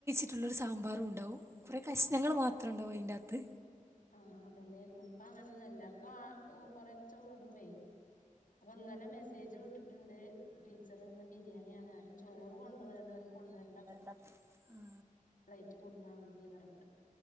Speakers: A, on the right (about 20°); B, on the left (about 70°).
A: ട്ടുള്ളരു സാമ്പാറുംണ്ടാവും കുറേ കശ്ണങ്ങൾ മാത്രം ണ്ടാവും അയ്ന്റെകത്ത്
B: ആ അതന്നെയിരുന്നു പ്പഅങ്ങനെന്നുംല്ല പ്പൊ ആ കൊറെച്ച ഓടുമ്പേയ് അപ്പൊന്നലെ മെസ്സേജ് വിട്ടിട്ടുണ്ട് ടീച്ചർ ഇന്ന് ബിരിയാണി ആണ് ആരും ചോറ് കൊണ്ടപോരനോര് കൊണ്ട് വരേണ്ട
A: ടപ്പ് ആ
B: പ്ലൈറ്റ് കൊട്ന്നാ മതി പറഞ്ഞിട്ട്